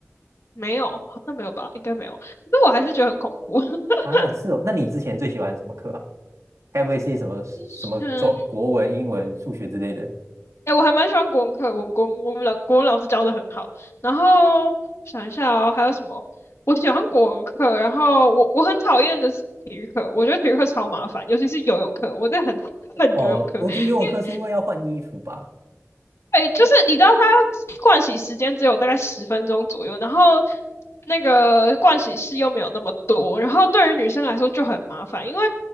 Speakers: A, on the left (about 65°); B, on the right (about 80°).
A: 没有，好像没有吧，应该没有。可是我还是觉得很恐怖。<laughs>
B: 啊，是哦。那你之前最喜欢什么课啊？该不会是什么什么中国文、
A: 之前
B: 英文、数学之类的？
A: 哎、我还蛮喜欢国文课，我们国我们老国文老师教的很好。然后想一下哦，还有什么？我喜欢国文课，然后我我很讨厌的是体育课，我觉得体育课超麻烦，尤其是游泳课，我真的很 <laughs> 恨游泳课，
B: 哦，我觉得游泳课是因为要换衣服吧。
A: 因为哎，就是你知道它盥洗时间只有大概十分钟左右，然后那个盥洗室又没有那么多，然后对于女生来说就很麻烦，因为